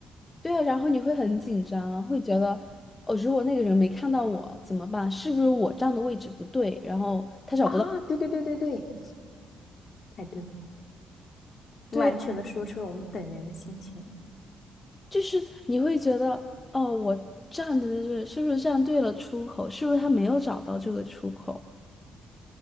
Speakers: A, on the left (about 20°); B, on the left (about 45°).
A: 对啊，然后你会很紧张啊会觉得哦，如果那个人没看到我怎么办？是不是我站的位置不对？然后他找不到。
B: 啊！对对对对对，哎对，完全的说出了我们等人的心情。
A: 对。就是你会觉得，哦，我站的这是不是站对了出口？是不是他没有找到这个出口？